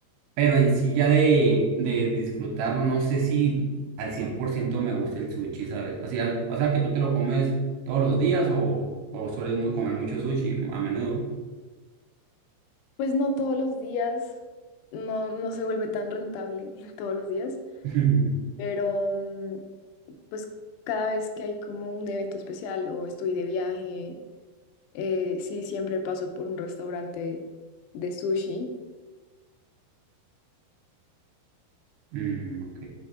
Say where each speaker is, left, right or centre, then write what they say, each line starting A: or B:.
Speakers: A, on the right; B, on the left.
A: Pero en sí ya de, de disfrutarlo, no sé si al 100% me gusta el sushi, ¿sabes? O sea, o sea que tú te lo comes todos los días o, o sueles mu- comer mucho sushi a menudo.
B: Pues no todos los días, no, no se vuelve tan rentable <laughs> todos los días,
A: <laughs>
B: pero mm, pues cada vez que hay como un evento especial o estoy de viaje, eh, sí, siempre paso por un restaurante de sushi.
A: Mm, ok.